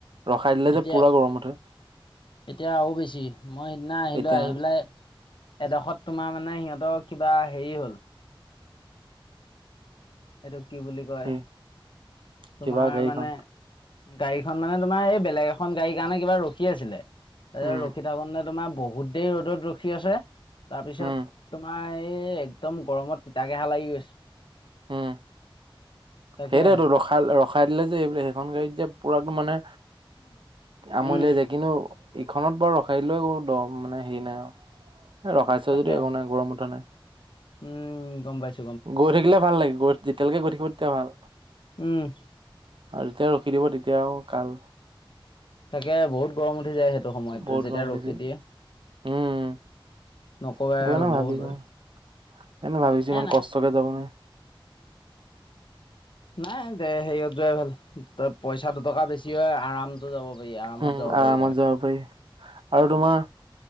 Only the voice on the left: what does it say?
এতিয়া
এতিয়া আৰু বেছি মই সিদিনা আহিলো
আহি পেলাই। এডখৰত তোমাৰ মানে সিহঁতৰ কিবা হেৰি হল। এইটো কি বুলি কয়
তোমাৰ
মানে গাড়ীখন মানে তোমাৰ এই বেলেগ এখন গাড়ীৰ কাৰণে কিবা ৰখি আছিলে। তাৰপিছত
ৰখি থাকো নে তোমাৰ বহুত দেৰি ৰ'দত ৰখি আছে। তাৰপিছত
তোমাৰ এই একদম গৰমত তিতাকেহা লাগি গৈছে।
তাকে
উম,
তাকে
উম, গম পাইছো।
উম,
তাকে বহুত গৰম উঠি যায় সেইটো সময়ত
যেতিয়া
ৰখি
দিয়ে।
নকবা
আৰু বহুত
এ নাই।
নাই দে হেৰিয়ত যোৱাই ভাল পইচা দুটকা বেছি হয় আৰাম যাব পাৰি আৰামত
যাব
পাৰি আৰু।